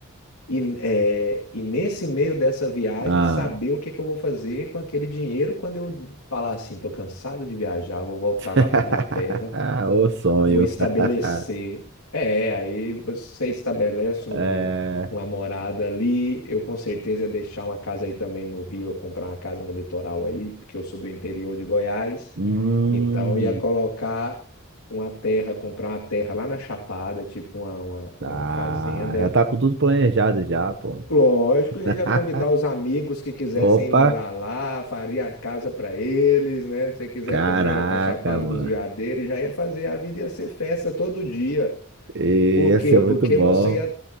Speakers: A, on the left; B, on the right.
A: E, é, e nesse meio dessa viagem,
B: Ah.
A: saber o que que eu vou fazer com aquele dinheiro quando eu falar assim, tô cansado de viajar, vou voltar
B: <laughs>
A: lá para minha terra,
B: O sonho.
A: vou estabelecer.
B: <laughs>
A: É, aí você estabelece um,
B: É...
A: uma morada ali. Eu com certeza ia deixar uma casa aí também no Rio, eu comprar uma casa no litoral aí, porque eu sou do interior de Goiás.
B: Hum.
A: Então ia colocar uma terra, comprar uma terra lá na Chapada, tipo uma, uma
B: Tá.
A: uma fazenda
B: Já tá com tudo planejado já, pô.
A: Lógico, ia
B: <laughs>
A: já convidar os amigos que quisessem
B: Opa!
A: ir morar lá, faria a casa para eles, né? Se quiser
B: Caraca,
A: também ir para Chapada
B: mano.
A: dos Veadeiros, já ia fazer a vida ia ser festa todo dia.
B: E
A: Por
B: ia
A: quê?
B: ser muito
A: Porque
B: bom.
A: você ia,